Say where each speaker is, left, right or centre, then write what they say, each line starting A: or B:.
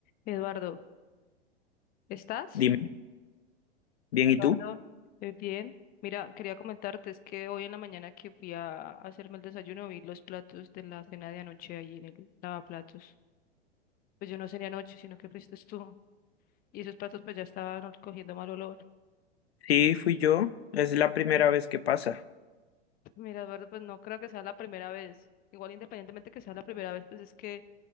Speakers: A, on the left; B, on the left.
A: Eduardo, ¿estás?
B: Dime, bien, ¿y
A: Eduardo.
B: tú?
A: Eh, bien. Mira, quería comentarte, es que hoy en la mañana que fui a hacerme el desayuno vi los platos de la cena de anoche ahí en el lavaplatos. Pues yo no cené anoche, sino que fuiste tú. Y esos platos pues ya estaban cogiendo mal olor.
B: Sí, fui yo. Es la primera vez que pasa.
A: Mira, Eduardo, pues no creo que sea la primera vez. Igual independientemente que sea la primera vez, pues es que